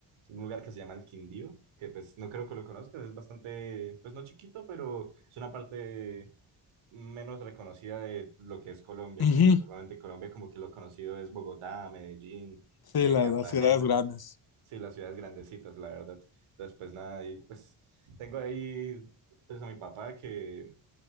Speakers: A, on the right; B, on the left.
A: un lugar que se llama el Quindío, que pues no creo que lo conozcas, es bastante, pues no chiquito, pero es una parte menos reconocida de lo que es Colombia,
B: Ujú.
A: que normalmente Colombia como que lo conocido es Bogotá, Medellín,
B: Sí,
A: eh,
B: la-
A: Cartagena.
B: las ciudades grandes.
A: Sí, las ciudades grandecitas, la verdad. Entonces, pues nada, y pues tengo ahí pues a mi papá que